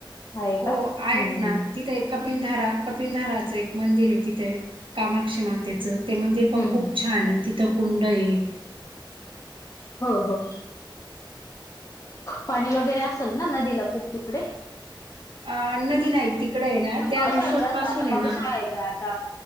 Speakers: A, on the left; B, on the right.
A: आहे का?
B: हो आहेत
A: हम्म
B: ना.
A: हम्म.
B: तिथं एक कपिनधारा, कपिनधाराचं एक मंदिरे तिथे. कामाक्षी मातेचं. ते मंदिर पण खूप
A: हम्म
B: छाने. तिथं कुंडये.
A: हो हो. पाणी वगैरे असेल ना, नदीला खूप तिकडे?
B: अ नदी नाही. तिकडयना
A: पण
B: त्या
A: पावसाळ्यात
B: रिसॉर्ट
A: जास्त
B: पासूने
A: पावसाळा
B: ना
A: आहे आता आता